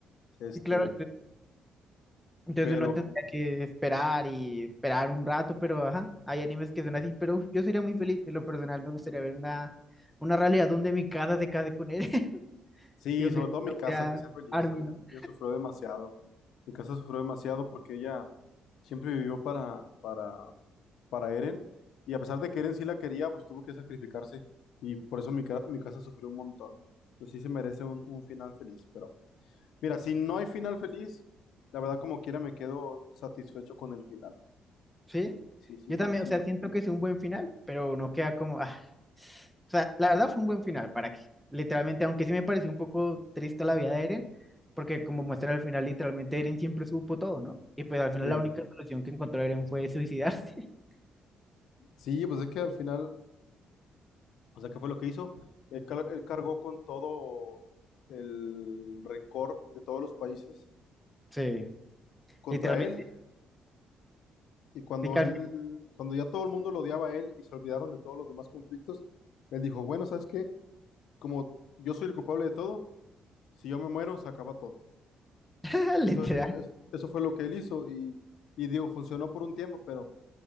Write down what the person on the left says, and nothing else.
Este,
pero
sí,
sobre
todo mi casa,
que sea feliz.
Ella, ella sufrió demasiado. Mi casa sufrió demasiado porque ella siempre vivió para, para, para Eren. Y a pesar de que Eren sí la quería, pues tuvo que sacrificarse. Y por eso mi, ca- mi casa sufrió un montón. Pues sí se merece un, un final feliz, pero. Mira, si no hay final feliz, la verdad como quiera me quedo satisfecho con el final.
Sí, sí
fue,
sí.
Sí,
Sí, pues es que al final, o sea, ¿qué fue lo que hizo? Él, car- él cargó con todo el rencor de todos los países
contra
él y cuando
él,
cuando ya todo el mundo lo odiaba a él y se olvidaron de todos los demás conflictos, él dijo, bueno, ¿sabes qué? Como yo soy el culpable de todo, si yo me muero, se acaba todo.
Eso,
eso, eso, eso fue lo que él hizo y, y digo, funcionó por un tiempo, pero...